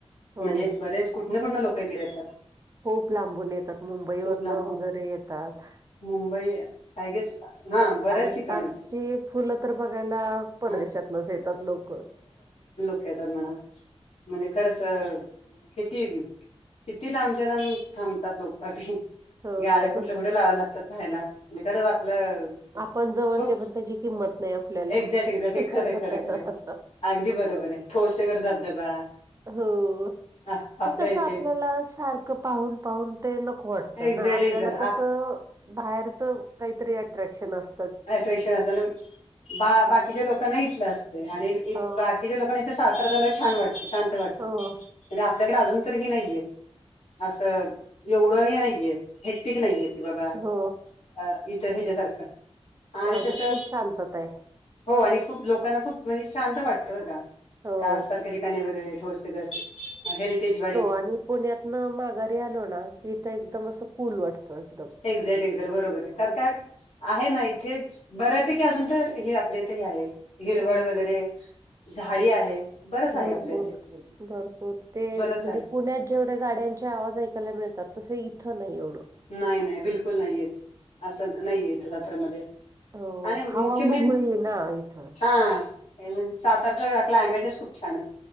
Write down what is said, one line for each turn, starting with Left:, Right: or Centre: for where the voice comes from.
Right: हो
Left: म्हणजे बरेच कुठन कुठन लोक इकडे येतात
Right: खूप लांबून येतात मुंबई
Left: खूप
Right: वरन
Left: लांबून
Right: वगैरे येतात
Left: मुंबई आय गेस हा बऱ्याच
Right: आणि
Left: ठिकाण
Right: खासशी
Left: येतात
Right: फुलं तर बघायला परदेशात
Left: हा
Right: न येतात लोक
Left: ेतात म्हणा म्हणजे खरच किती किती लांबच्या लांब थांबतात लोक
Right: हो
Left: गाड्या कुठल्या कुठे लावायला लागतात पाहायला म्हज खरंच आपलं
Right: आपण जवळचे
Left: खूप
Right: पण त्याची किंमत नाही आपल्याला
Left: एक्झॅक्ट एक्झॅक्ट हे
Right: हो
Left: खरं खरं खरं अगदी बरोबर आहे ठोसगर धबधबा
Right: का हो
Left: आ- आपल्या
Right: ते कस
Left: इथे
Right: आपल्याला सारखं पाहून पाहून ते नक वाटत
Left: एक्झॅक्ट
Right: ना आपल्याला
Left: एक्झॅक्ट
Right: कस
Left: आप
Right: बाहेरच काहीतरी अ्रक्शन अस
Left: अट्रॅक्शन असत आणि बा बाकीच्या लोकांना इथलं असते आणि
Right: हो
Left: बाकीच्या लोकांना सातर झायला छान वाटत शांत वाटतं
Right: हो
Left: म्हणे आपल्याकडे अजून तररी ह नाहीये असं एवढं ह नाहीये हेक्टिक नाही येत बाबा
Right: हो
Left: अ इतर ह्याच्यासारखं आणि
Right: आजू
Left: तसं
Right: खूप शांतता आहे
Left: हो आणि खूप लोकांना खूप म्हणजे शांत वाटतं बर का
Right: हो.
Left: का सारख्या ठिकाणी वगैरे ठसे हेरिटेजवाडी
Right: पा पुण्यात न माघारी आलो ना की इथं एकदम असं पूल वाटते तो एकदम
Left: एक्झॅक्ट एक्झॅक्ट बरोबर आहे कार काय आहे ना इथे बऱ्यापैकी अजून तर हे आपले इथही आहे हिरवळ
Right: हो
Left: वगैरे झाडी आहे बरंच आहे
Right: भरपूर
Left: आपल्या इथे
Right: भरपूर ते
Left: बरंच
Right: म्हणजे
Left: आहे
Right: पुण्यात जेवढे गाड्यांचे आवाज ऐकायला मिळतात तस इथं नाही एवढं
Left: नाही नाही बिलकुल नाहीये असं नाहीये इथं जत्रमध्येध्ये
Right: हो
Left: आणि
Right: हवा
Left: मुख्य मन
Right: मोकळी आहे ना इथं
Left: हा म्हणजे सातारचं क्लायमेटच खूप छान आहे